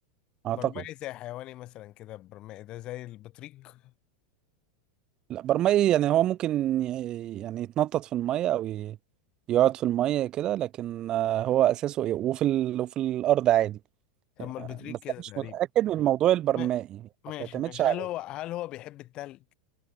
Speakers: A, on the right; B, on the left.
A: اعتقد
B: برمائي زي حيواني مثلا كده برمائي ده زي البطريق
A: لا برمائي يعني هو ممكن ي- يعني يتنطط في الميه او ي- يقعد في الميه كده لكن آه، هو اساسه ايه وفي ال... وفي الارض عادي
B: طب
A: آه،
B: ما البطريق
A: بس
B: كده
A: أنا مش
B: تقريبا
A: متاكد من موضوع البرمائي
B: ما- ماشي
A: ما تعتمدش
B: ماشي
A: عليه
B: هل هو هل هو بيحب التلج